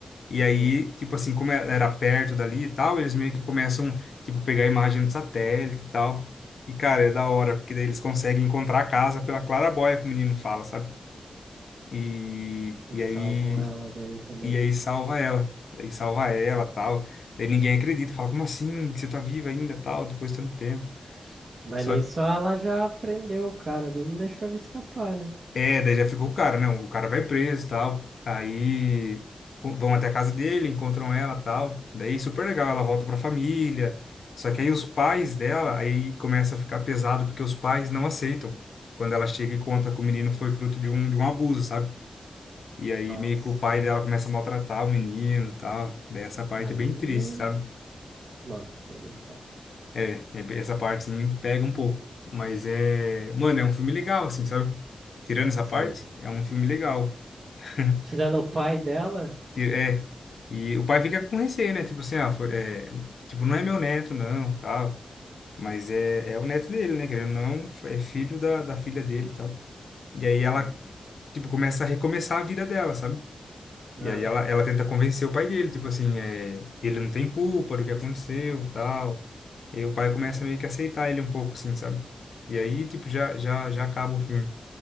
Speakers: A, on the left; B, on the right.
A: E aí,
B: Sei.
A: tipo assim, como é, era perto dali e tal, eles meio que começam, tipo, pegar a imagem do satélite e tal. E, cara, é da hora, porque daí eles conseguem encontrar a casa pela claraboia que o menino fala, sabe? E,
B: E
A: e
B: salvam
A: aí,
B: ela daí também.
A: e aí salva ela. Daí salva ela, tal. Daí ninguém acredita, fala, como assim? Você tá viva ainda, tal, depois de tanto tempo.
B: Mas
A: Só
B: nisso ela já prendeu o cara ali, não deixou ele escapar, né?
A: É, daí já ficou o cara, né? O cara vai preso e tal. Aí com- vão até a casa dele, encontram ela e tal. Daí super legal, ela volta pra família. Só que aí os pais dela, aí começa a ficar pesado porque os pais não aceitam. Quando ela chega e conta que o menino foi fruto de um, de um abuso, sabe? E aí
B: Nossa,
A: meio que o pai dela começa a maltratar o menino e tal. Daí essa parte
B: aí.
A: é bem triste, sabe?
B: Nossa, aí é foda.
A: É, é- essa parte sim pega um pouco. Mas é. Mano, é um filme legal, assim, sabe? Tirando essa
B: Sei.
A: parte, é um filme legal. <laughs>
B: Tirando o pai dela,
A: E- É. E o pai fica com receio, né? Tipo assim, ah, foi, é, tipo, não é meu neto, não, tal. Mas é, é o neto dele, né? Querendo ou não, é filho da, da filha dele e tal. E aí
B: sim.
A: ela, tipo, começa a recomeçar a vida dela, sabe?
B: Aham.
A: E aí ela, ela tenta convencer o pai dele, tipo assim, é, ele não tem culpa do que aconteceu, tal. E aí o pai começa meio que a aceitar ele um pouco, assim, sabe? E aí, tipo, já, já, já acaba o filme.